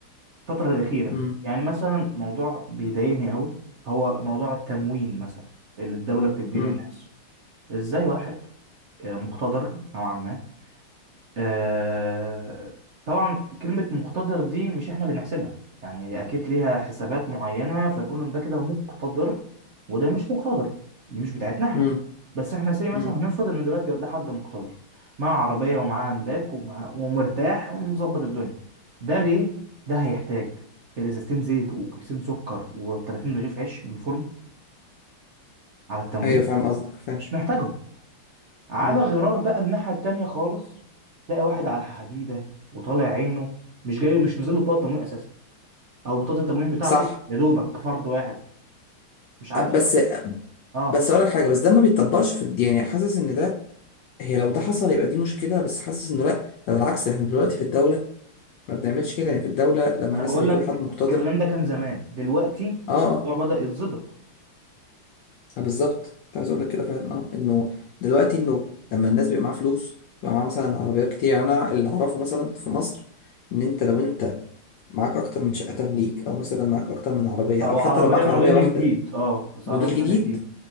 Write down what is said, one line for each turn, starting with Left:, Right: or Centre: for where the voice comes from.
Right: الفتره الاخيره
Left: امم
Right: يعني مثلا موضوع بيضايقني قوي هو موضوع التموين مثلا اللي الدوله بتديه
Left: امم
Right: للناس ازاي واحد آه، مقتدر نوعا ما آه، طبعا كلمة مقتدر دي مش احنا اللي نحسبها يعني هي اكيد ليها حسابات معينة فنقول ان ده كده مقتدر وده مش مقتدر دي مش بتاعتنا احنا
Left: امم
Right: بس احنا زي مثلا
Left: امم
Right: هنفرض ان دلوقتي ده حد مقتدر معاه عربية ومعاه املاك ومعاه ومرتاح ومظبط الدنيا ده ليه ده هيحتاج ازازتين زيت وكيسين سكر و30 رغيف عيش من الفرن على التموين
Left: ايوه فاهم قصدك فاهم
Right: مش محتاجهم على
Left: مم.
Right: غرار بقى الناحية التانية خالص تلاقي واحد على الحديدة وطالع عينه مش جاي مش نزل له بطاقة تموين أساسا أو بطاقة التموين بتاعته
Left: صح
Right: يا دوبك فرد واحد مش عارف
Left: بس
Right: يكفي أه
Left: بس اقول لك حاجه بس ده ما بيتطبقش في الد- يعني حاسس ان ده هي لو ده حصل يبقى دي مشكله بس حاسس انه لا ده بالعكس احنا دلوقتي في الدوله ما بنعملش كده يعني في الدوله لما
Right: ما أنا
Left: مثلا
Right: بقول
Left: يكون
Right: لك
Left: حد مقتدر
Right: الكلام ده كان زمان
Left: اه
Right: دلوقتي
Left: اه,
Right: الموضوع بدأ يتظبط
Left: آه بالظبط كنت عايز اقول لك كده فعلا اه انه دلوقتي انه لما الناس بيبقى معاها فلوس بيبقى معاها مثلا عربيات كتير يعني انا اللي اعرفه مثلا في مصر ان انت لو انت معاك اكتر من شقه تمليك او مثلا معاك اكتر من عربيه
Right: أو
Left: او حتى
Right: عربية
Left: لو معاك
Right: موديل
Left: عربيه واحده
Right: جديد أه بس
Left: موديل
Right: عربية
Left: جديد
Right: موديل جديد